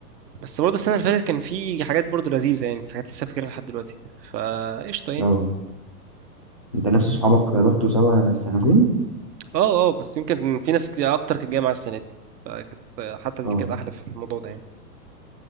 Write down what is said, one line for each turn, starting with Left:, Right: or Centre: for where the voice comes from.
Right: بس برضه السنة اللي فاتت كان في حاجات برضه لذيذة يعني حاجات لسه فاكرها لحد دلوقتي فقشطة يعني
Left: اه انت نفس صحابك رحتوا سوا السنتين
Right: اه اه بس يمكن في ناس كتير أكتر كانت جاية مع السنة دي فكانت حتى دي
Left: اه
Right: كانت أحلى في الموضوع ده يعني